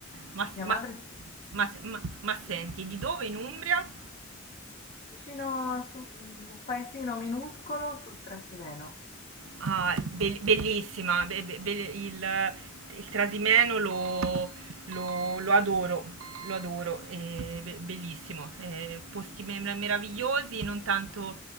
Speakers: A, on the right; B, on the left.
A: Ma, s-
B: mia
A: ma
B: madre
A: s-
B: sì.
A: ma s- ma- ma senti, di dove in Umbria?
B: vicino a su- un paesino minuscolo sul Trasimeno.
A: Ah, be- bellissima, be- be- be- il, il Trasimeno lo, lo- lo adoro, lo adoro, è be- bellissimo, eh, posti me- meravigliosi, non tanto,